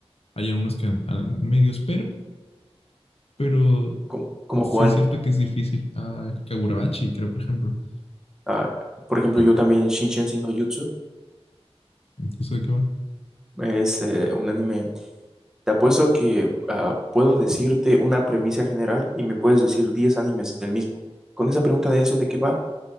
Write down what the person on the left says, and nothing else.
Hay algunos que a- a medios, pero, pero
sí
es cierto que es difícil. Ah, Kagurabachi, creo, por ejemplo.
Creo.
¿Y eso de qué va?